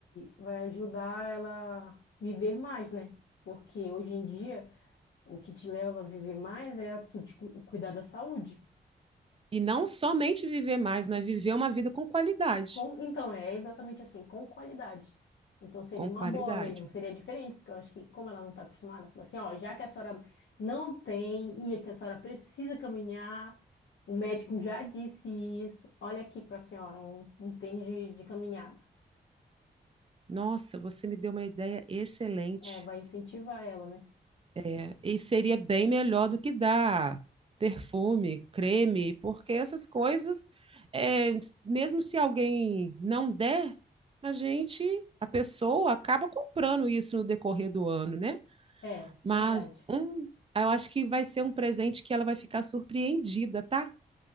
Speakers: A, on the left; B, on the right.
A: vai ajudar ela a viver mais, né? Porque hoje em dia, o que te leva a viver mais é tu te cu- cuidar da saúde.
B: E não somente viver mais, mas viver uma vida com qualidade.
A: Com, então, é exatamente assim, com qualidade. Então, seria
B: com
A: uma
B: qualidade.
A: boa mesmo, seria diferente, porque eu acho que, como ela não está acostumada, fala assim: ó, já que a senhora não tem e que a senhora precisa caminhar, o médico já disse isso, olha aqui para a senhora, um, um tênis de de caminhada.
B: Nossa, você me deu uma ideia excelente.
A: É, vai incentivar ela, né?
B: É, e seria bem melhor do que dar perfume, creme, porque essas coisas, é, s- mesmo se alguém não der, a gente, a pessoa acaba comprando isso no decorrer do ano, né?
A: É,
B: Mas
A: verdade.
B: um, eu acho que vai ser um presente que ela vai ficar surpreendida, tá?